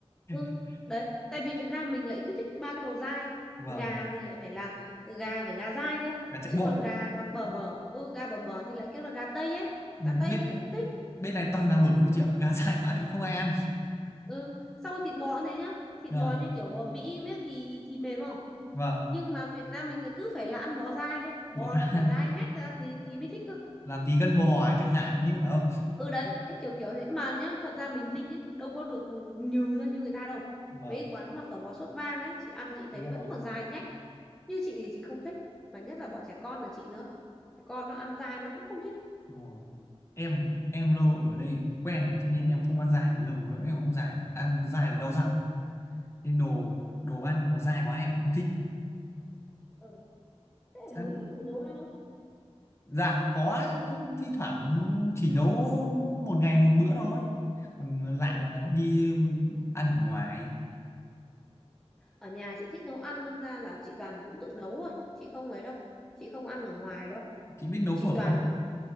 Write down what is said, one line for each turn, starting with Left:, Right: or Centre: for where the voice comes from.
Centre: Ừ,
Left: <laughs>
Centre: đấy, tại vì Việt Nam mình lại cứ thích ba cái đồ dai.
Left: và
Centre: Gà thì lại phải là gà phải gà dai cơ.
Left: gà chạy
Centre: Chứ
Left: bộ
Centre: còn gà mà bở bở, ừ, gà bở bở thì lại kêu là gà Tây ấy.
Left: ừ,
Centre: Gà Tây
Left: bên
Centre: thì lại không thích.
Left: bên này toàn gà mở thôi chị ạ gà dài quá thì không ai ăn
Centre: Ừ, xong rồi thịt bò cũng thế nhá. Thịt
Left: à,
Centre: bò như kiểu bò Mỹ miếng thì thì mềm không?
Left: và
Centre: Nhưng mà Việt Nam mình lại cứ phải là ăn bò dai cơ. Bò
Left: bỏ ta <laughs>
Centre: phải dai nhách ra thì thì mới thích cơ.
Left: làm tí gân bò à, chẳng hạn như phải không
Centre: ừ đấy đấy kiểu kiểu thế mà nhá thật ra mình Ninh ấy đâu có được nhừ ra như người ta đâu
Left: vâng
Centre: mấy cái quán mà phở bò sốt vang ấy chị ăn chị
Left: đúng
Centre: thấy vẫn
Left: rồi
Centre: còn dai nhách như chị thì chị không thích mà nhất là bọn trẻ con là chị nữa trẻ con nó ăn dai nó cũng không thích
Left: đúng rồi em em lâu ở đây quen rồi cho nên em không ăn dài lâu lắm em không dài ăn dài là đau răng nên đồ đồ ăn mà dai quá em cũng không thích
Centre: ừ. thế ở đấy
Left: Ăn-
Centre: có tự nấu ăn không
Left: dạ có thi thoảng chỉ nấu một ngày một bữa thôi còn lại
Centre: ừ.
Left: là đi ăn ở ngoài
Centre: ở nhà chị thích nấu ăn đâm ra là chị toàn cũng tự nấu thôi chị không ấy đâu chị không ăn ở ngoài đâu
Left: chị biết nấu
Centre: chị
Left: phở
Centre: toàn
Left: không